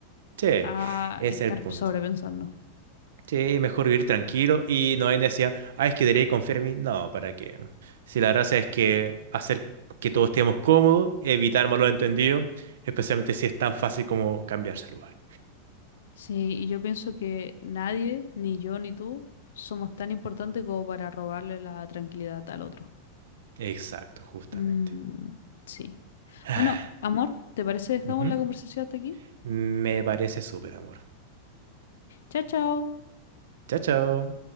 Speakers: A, on the right; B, on the left.
A: Che,
B: a
A: ese
B: estar
A: es el punto.
B: sobrepensando.
A: Sí, mejor vivir tranquilo y no hay necesidad, ah, es que debería confiar en mí. No, ¿para qué? Si la gracia es que hacer que todos estemos cómodos, evitar malos entendidos, especialmente si es tan fácil como cambiarse de lugar.
B: Sí, y yo pienso que nadie, ni yo ni tú, somos tan importantes como para robarle la tranquilidad al otro.
A: Exacto, justamente.
B: Mm, sí.
A: <sighs>
B: Bueno, amor, ¿te parece dejamos
A: Ujú.
B: la conversación hasta aquí?
A: Me parece súper, amor.
B: Chao, chao.
A: Chao, chao.